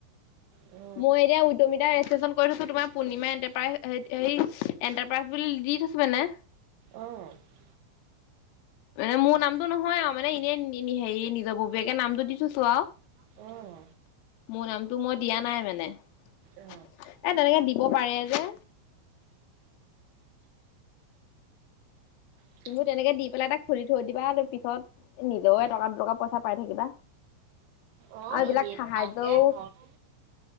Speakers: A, on the right; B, on the left.
A: অ',
B: মই এতিয়া উদ্যমিতা ৰেজিষ্ট্ৰেশচন কৰি থৈছো তোমাৰ পূৰ্ণিমা এনটাৰপ্ৰাইজই এনটাৰপ্ৰাইজ বুলি দি থৈো মানে
A: অঁ অঁ
B: মানে মোৰ নামটো নহয় আৰু মানে এনেই হেৰি নিজৰ ববীয়াকে নামটো দি থৈছো আৰু
A: অ',
B: মোৰ নামটো মই দিয়া নাই মানে এ
A: অঁ
B: তেনেকে দিব পাৰে যে
A: উম
B: তুমিও তেনেকে দি পেলাই এটা খুলি থৈ দিবা তা পিছত নিজেওে এটকা দুটকা পইচা পাই থাকিবা
A: অ',
B: আৰু এইবিলাক
A: এনেই
B: সাহায্যও
A: তাতে ঘৰ